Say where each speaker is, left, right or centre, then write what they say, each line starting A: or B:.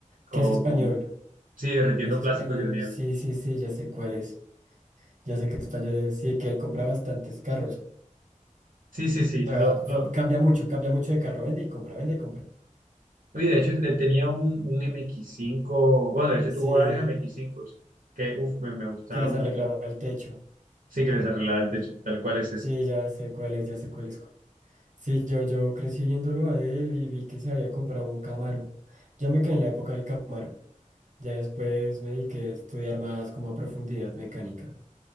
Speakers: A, on the right (about 80°); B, on the right (about 65°).
A: con,
B: Que es español.
A: con... Sí, derritiendo
B: Es español,
A: plástico y granel.
B: sí, sí, sí, ya sé cuál es. Ya sé que español es, sí, que él compra bastantes carros.
A: Sí, sí, sí.
B: O sea,
A: No, no.
B: fa- cambia mucho, cambia mucho de carro, vende y compra, vende y compra.
A: Oye, de hecho, le tenía un, un M X cinco. bueno, de hecho
B: Sí,
A: tuvo varios M X cinco que, uff, me, me gustaba
B: que les
A: mucho
B: arreglaba
A: como,
B: el techo.
A: sí que les arreglaba el techo, tal cual es ese.
B: Sí, ya sé cuál es, ya sé cuál es. cu- Sí, yo, yo crecí viéndolo a él y vi que se había comprado un Camaro. Yo me quedé en la época del Camaro. Ya después me dediqué a estudiar más como a profundidad mecánica.